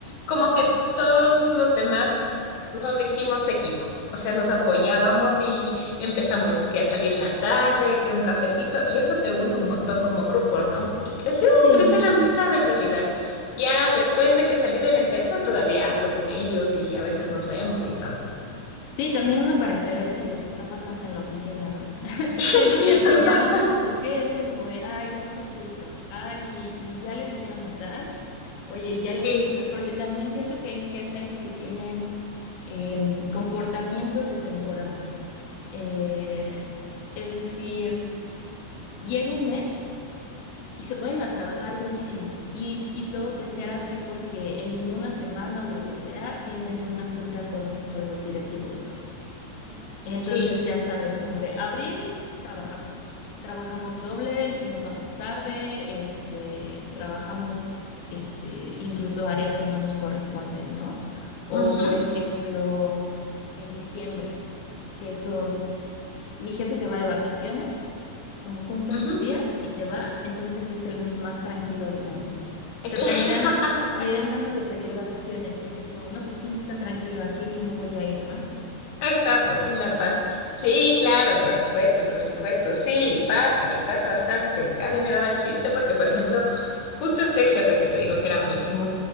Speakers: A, on the left (about 65°); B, on the left (about 85°).
A: como que todos los demás nos hicimos equipo, o sea, nos apoyábamos y empezamos que a salir en la tarde, que un cafecito, y eso te une un montón como grupo, ¿no? Y creció,
B: Sí.
A: creció la amistad en realidad. Ya después de que salí de la empresa, todavía hablo con ellos y a veces nos vemos y todo.
B: Sí, también uno para enterarse de lo que está pasando en la oficina, ¿no?
A: <laughs>
B: Siento que aunque ya no nos toque, es un como de, ay, ¿ahora qué hizo? Ay, y ya le dijeron a tal, oye, y ya les
A: Sí,
B: dijo tal, porque también siento que hay jefes que tienen em, comportamientos de temporada. Eh, es decir, llega un mes y se ponen a trabajar durísimo y, y luego te enteras que es porque en una semana o lo que sea tienen una junta con, con los directivos, ¿no? Entonces
A: sí,
B: ya sabes, como
A: sí.
B: de abril trabajamos, trabajamos doble, nos vamos tarde, este, trabajamos este, incluso áreas que no nos corresponden, ¿no? O
A: Ujú,
B: por ejemplo, en diciembre, que son, mi jefe se va de vacaciones, como junta
A: ujú,
B: sus días y se va, entonces es el mes más tranquilo del año. O
A: eh,
B: sea,
A: Claro.
B: hasta ni dan,
A: <laughs>
B: ni dan ganas de pedir vacaciones, porque es como, no, por fin está tranquilo aquí, que me voy a ir, ¿no?
A: Ajá, por fin la paz. Sí, claro, por supuesto, por supuesto. Sí, pasa y pasa bastante. A mí me daba chiste porque, por ejemplo, justo este jefe que te digo que era malísimo,